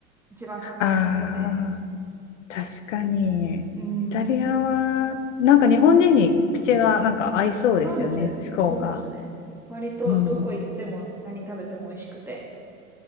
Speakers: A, in the centre; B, on the left (about 60°).
A: 一番感動しましたね。
B: ああ、確かに。
A: うん。
B: イタリアは、なんか日本人に口がなんか合いそうですよね、
A: そうですよね、
B: 思考が。
A: そうですね。割と、
B: うん。
A: どこ行っても何食べても美味しくて、